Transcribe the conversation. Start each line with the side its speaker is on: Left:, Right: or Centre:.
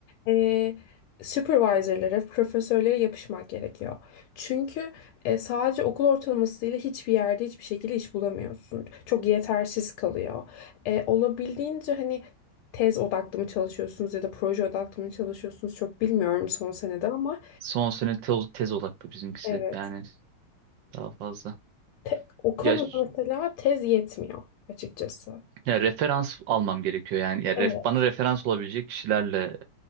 Left: Ee, supervisor'lara, profesörlere yapışmak gerekiyor. Çünkü e, sadece okul ortalamasıyla hiçbir yerde hiçbir şekilde iş bulamıyorsun. Çok yetersiz kalıyor. E, olabildiğince hani tez odaklı mı çalışıyorsunuz ya da proje odaklı mı çalışıyorsunuz çok bilmiyorum son senede ama
Right: son sene te- tez odaklı bizimkisi
Left: evet.
Right: yani. Daha fazla.
Left: Te- o konuda
Right: Ya, ş-
Left: mesela tez yetmiyor açıkçası.
Right: ya referans almam gerekiyor yani. Ya
Left: Evet,
Right: ref, bana referans olabilecek kişilerle